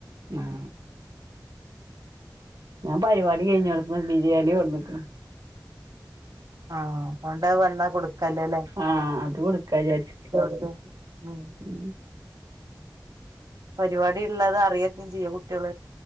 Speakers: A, on the right; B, on the right.
A: ആഹ ഞാൻ പരിപാടി കഴിഞ്ഞോട്ത്ത്ന്ന് ബിരിയാണി കൊട്ന്ന്ക്ക്ണ്.
B: ആഹ അതോണ്ട് അത് വന്ന കൊടുക്ക കല്ലല്ലേ
A: ആഹ് അത് കൊടുക്കാ വിചാരിച്ച്
B: <unintelligible>
A: ഉം
B: പരിപാടി ഉള്ളത് അറിയക്കും ചെയ്യോ കുട്ടിയാൾ.